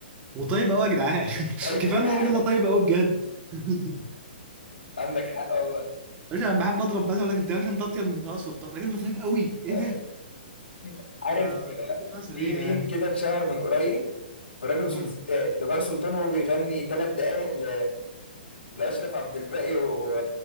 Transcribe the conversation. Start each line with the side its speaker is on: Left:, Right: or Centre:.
Right: وطيب قوي يا جدعان <laughs>
Left: <laughs>
Right: كفايه ان الراجل ده طيب قوي بجد <laughs>
Left: عندك حق والله
Right: مش انا بحب اضرب مثلا اقول لك انت يا باشا انت اطيب من بهاء سلطان الراجل ده طيب قوي ايه
Left: <laughs>
Right: ده
Left: عارف
Right: ف- فالراجل ده مثلا
Left: في
Right: ايه
Left: ميم
Right: يعني
Left: كده اتشهر من قريب في راجل وست
Right: مم.
Left: ستات لبهاء سلطان وهو بيغني ثلاث دقايق ل... لأشرف عبد الباقي و...